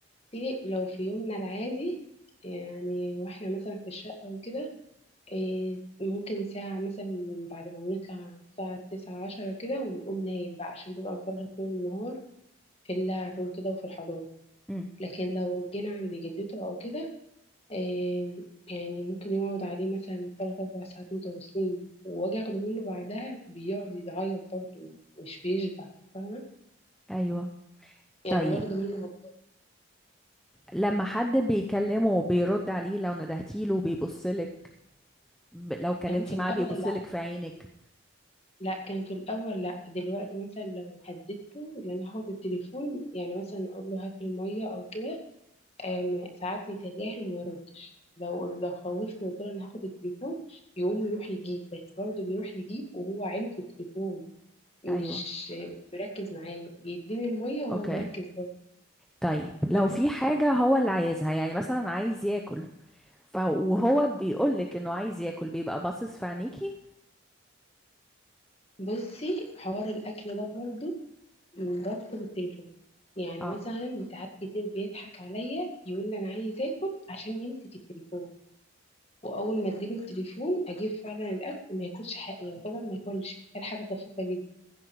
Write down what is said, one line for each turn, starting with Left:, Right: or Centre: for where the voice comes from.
Left: إيه، لو في يومنا العادي يعني واحنا مثلا في الشقه وكده إيه ممكن ساعه مثلا بعد ما بنطلع الساعه تسعة عشرة كده ونقوم نايم بقى عشان بيبقى مفرهد طول النهار في اللعب وكده وفي الحضانه
Centre: امم
Left: لكن لو جينا عند جدته او كده آم، يعني ممكن يقعد عليه مثلا تلات أربع ساعات متواصلين وأجي أخده منه بعدها بيقعد يعيط برضه مش بيشبع فاهمة
Centre: ايوه
Left: يعني
Centre: طيب
Left: باخده منه بط-
Centre: لما حد بيكلمه بيرد عليه لو ندهتيله بيبصلك ب... لو كلمتي
Left: كان في الأول
Centre: معاه بيبصلك
Left: لأ
Centre: في عينك
Left: لأ كان في الأول لأ دلوقتي مثلا لو هددته إن أنا هاخد التليفون يعني مثلا أقول له هات المية أو كده آم، ساعات يتجاهل وما يردش لو لو خوفته وقلت له أنا هاخد التليفون يقوم يروح يجيب بس برضه بيروح يجيب وهو عينه في التليفون مش
Centre: ايوه
Left: مش مركز معايا بيديني المية وهو
Centre: اوكي
Left: مركز برضه
Centre: طيب لو
Left: فاهمة
Centre: في حاجة هو اللي عايزها يعني مثلا عايز ياكل ف... وهو بيقولك انه عايز ياكل بيبقى باصص في عينيكي
Left: بصي حوار الأكل ده برضه رابطه بالتليفون يعني
Centre: اه
Left: مثلا ساعات كتير بيضحك عليا يقول لي أنا عايز آكل عشان يمسك التليفون وأول ما أديله التليفون أجيب فعلا الأكل ما ياكلش حقيقة طبعا ما ياكلش كان حاجة طفيفة جدا